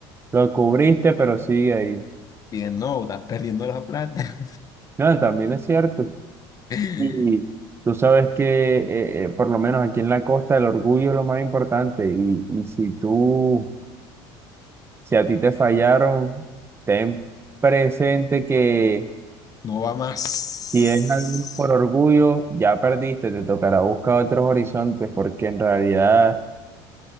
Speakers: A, on the right (about 20°); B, on the left (about 35°).
A: lo cubriste, pero sigue ahí.
B: bien, no, estás perdiendo la plata,
A: No, también es cierto.
B: <laughs>
A: Y tú sabes que, eh, eh, por lo menos aquí en la costa, el orgullo es lo más importante. Y, y si tú Si a ti te fallaron, ten presente que
B: no va más.
A: si es algo por orgullo, ya perdiste, te tocará buscar otros horizontes porque en realidad